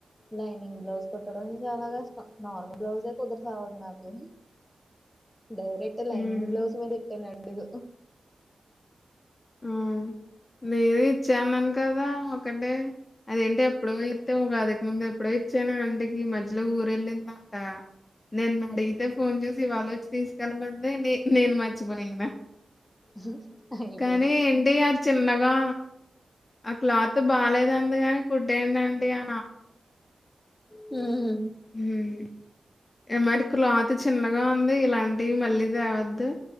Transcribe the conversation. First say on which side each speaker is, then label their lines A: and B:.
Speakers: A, in the centre; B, on the left (about 25°).
A: లైనింగ్ బ్లౌజ్ కుట్టడం చాలా కష్టం నార్మల్ బ్లౌజే కుదరసావదు నాకు డైరెక్ట్ లైనింగ్
B: హ్మ్.
A: బ్లౌస్ మీద్ ఎట్టన్ అడుగు
B: ఆ నిది ఇచ్చా నన్ కదా ఒకటే అదెంటి ఎప్పుడో ఇత్తే ఓక్ అతేక్ ముంద్ ఎప్పుడో ఇచ్చాన నంటికి మజ్ ట్లూర్ వెళ్ళిందంట నిన్ అడిగితే ఫోన్ చేసి ఇవాలే వచ్చి తీస్ కల మంది ని నేను మర్చిపోయినా
A: <unintelligible>
B: కానీ ఏంటి అ చిన్నగా ఆ క్లాత్ బాలేదందిగాని కుట్టే యాండి ఆ
A: హూ
B: హుం మరి క్లాత్ చిన్నగా ఉంది ఇలాంటివి మళ్ళీ తేవద్దు